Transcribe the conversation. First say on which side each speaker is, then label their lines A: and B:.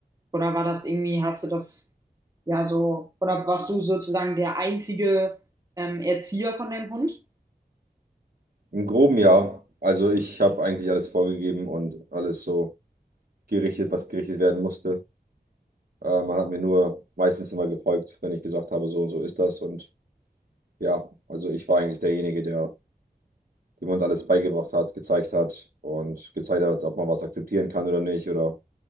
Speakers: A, on the right; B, on the right.
A: oder war das irgendwie, hast du das ja so, oder warst du sozusagen der einzige ähm, Erzieher von deinem Hund?
B: Im groben ja, also ich habe eigentlich alles vorgegeben und alles so gerichtet, was gerichtet werden musste. Äh, man hat mir nur meistens immer gefolgt, wenn ich gesagt habe, so und so ist das. Und ja, also ich war eigentlich derjenige, der dem Hund alles beigebracht hat, gezeigt hat und gezeigt hat, ob man was akzeptieren kann oder nicht. Oder